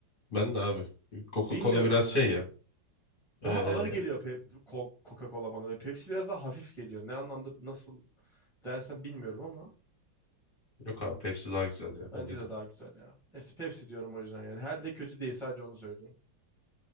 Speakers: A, on the left (about 30°); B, in the centre.
A: Ben de abi. Coca-Cola
B: Bilmiyorum
A: biraz
B: neden.
A: şey ya. Ee,
B: Daha ağır geliyor pe- bu Ko- Coca-Cola bana ve Pepsi biraz daha hafif geliyor. Ne anlamda nasıl dersen bilmiyorum ama.
A: yok abi Pepsi daha güzel ya
B: Bence
A: bence
B: de
A: de.
B: daha güzel ya. Neyse Pepsi diyorum o yüzden yani. Her de kötü değil sadece onu söyleyeyim.